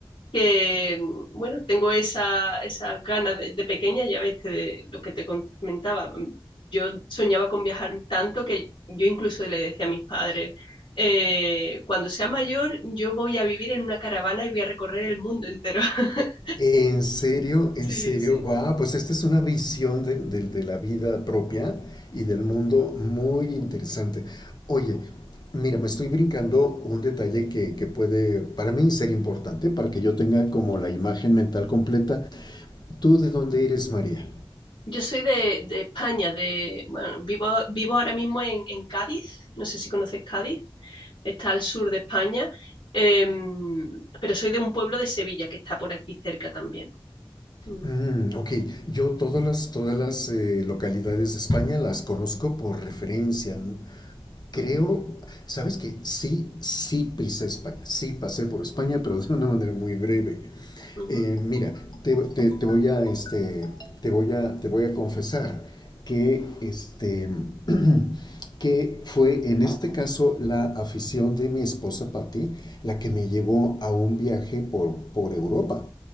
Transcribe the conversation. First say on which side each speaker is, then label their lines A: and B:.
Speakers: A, on the left (about 80°); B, on the left (about 50°).
A: que, mm, bueno, tengo esa, esa gana de, de pequeña, ya ves, te- de lo que te comentaba. mm, Yo soñaba con viajar tanto que yo incluso le decía a mis padres, eh, cuando sea mayor, yo voy a vivir en una caravana y voy a recorrer el mundo entero. <laughs>
B: En serio, en
A: Sí,
B: serio,
A: sí.
B: guau, pues esta es una visión de, de- de la vida propia y del mundo muy interesante. Oye, mira, me estoy brincando un detalle que, que puede para mí ser importante para que yo tenga como la imagen mental completa. ¿Tú de dónde eres, María?
A: Yo soy de, de España, de, bueno, vivo, vivo ahora mismo en, en Cádiz, no sé si conoces Cádiz, está al sur de España, em, pero soy de un pueblo de Sevilla que está por aquí cerca también. Mm.
B: Mm, ok, yo todas las, todas las eh, localidades de España las conozco por referencia. Creo,
A: ujú,
B: ¿sabes qué? Sí, sí pisé España, sí pasé por España, pero de una manera muy breve.
A: ujú,
B: Eh, mira, te, te, te, voy a, este, te, voy a, te voy a confesar que, este, <clears throat> que fue en este caso la afición de mi esposa Patti la que me llevó a un viaje por, por Europa.